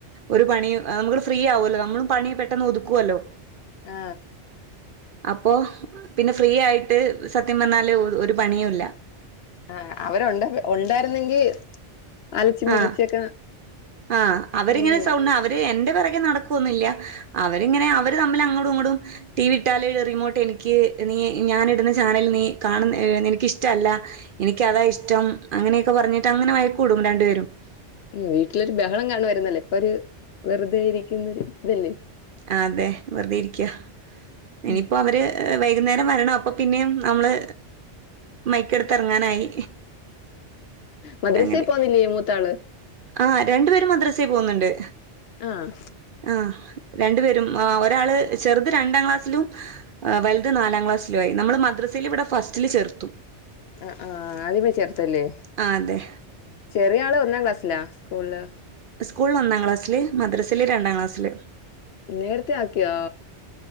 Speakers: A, on the right; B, on the left.
A: ഒരു പണി നമുക്ക് ഫ്രീ ആവുമല്ലോ നമ്മളും പണി പെട്ടെന്ന് ഒതുക്കുവല്ലോ.
B: ആ
A: അപ്പോ പിന്നെ ഫ്രീ ആയിട്ട് സത്യംപറഞ്ഞാല്ഒരു പണിയും ഇല്ല.
B: ആ അവരുണ്ട ഉണ്ടായിരുന്നെങ്കി അലച്ചും
A: ആ
B: വിളിച്ചൊക്കെ
A: ആ അവരിങ്ങനെ
B: നിന്നേനെ
A: സൗണ്ട് അവര് എന്റെ പുറകെനടക്കുവൊന്നില്ല. അവരിങ്ങനെ അവര് തമ്മിൽ അങ്ങോടും ഇങ്ങോടും ടി വി ഇട്ടാല് റിമോട്ട് എനിക്ക് നീ ഞാനിടുന്ന ചാനൽ നീ കാണ നിനക്ക് ഇഷ്ടമല്ല എനിക്ക അതാ ഇഷ്ടം അങ്ങനൊക്കെ പറഞ്ഞിട്ട് അങ്ങനെ വയക്ക്ക്കൂടും രണ്ടപേ <unintelligible>
B: വീട്ടിലൊരു ബഹളം കാണു വരുന്നല്ലേ ഇപ്പൊ ഒരു വെറുതൊയിരിക്കുന്നൊരു ദില്ലേ
A: ആ അതെ വെറുതെ ഇരിക്ക ഇനിയിപ്പോ
B: ഉം
A: അവര് വൈകുന്നേരം വരണം അപ്പൊ പിന്നേയും നമ്മള് മൈക്കടുത്ത്റങ്ങാനായി.
B: മദ്രസേ
A: അങ്ങനെ
B: പോന്നില്ലേ മൂത്താള്
A: ആ രണ്ടു പേരും മദ്രസേൽ പോകുന്നുണ്ട്.
B: ആഹ്
A: ആ രണ്ടു പേരും ഒരാള് ചെറുത് രണ്ടാം ക്ലാസ്സിലും വലുത് നാലാം ക്ലാസ്സിലു ആയി നമ്മൾ മദ്രസെല് ഇവിടെ ഫസ്റ്റില് ചേർത്തു.
B: ആ ആ ആദ്യമേ ചേർത്തല്ലേ?
A: ആ അതെ
B: ചെറിയ ആള് ഒന്നാം ക്ലാസ് സ്റ്റിലാ സ്കൂളില്?
A: സ്കൂളില് ഒന്നാം ക്ലാസ്സില് മദ്രസേല് രണ്ടാം ക്ലാസ്സില്.
B: നേരത്തെ ആക്കിയോ?